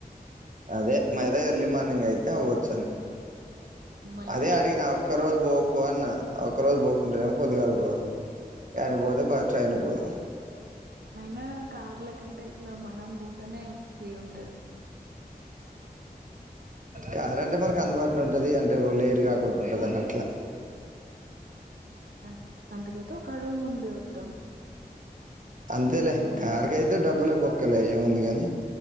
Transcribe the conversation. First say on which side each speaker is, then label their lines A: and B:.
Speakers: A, on the right (about 55°); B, on the right (about 80°).
A: అదే మరీ ఎర్లీ మార్నింగ్ అయితే అవ్వచ్చని
B: మళ్ళా
A: అదే అడిగిన ఆఒక్క రోజు బోకు అన్నా ఆ ఒక్క రోజు బోకుంట్రవ పొద్దుగాల పోదాం ఆయన పోతే బా ట్రైన్ కు పోదాం
B: అయినా కార్ల కంటే ఇట్లా మనం పోతనే ఫ్రీ ఉంటది
A: కార్ అంటే మనకు అందుబాటులో ఉంటది అంటే లేటు కాకుంటా ఉంటదని అట్లా.
B: అ అఅందుకైతే ఒక రూమ్ ఉంది వద్దాం
A: అంతేలే
B: ఇప్పుడు
A: కార్కి అయితే డబ్బులే బొక్కలే అంతేలే కారు కైతే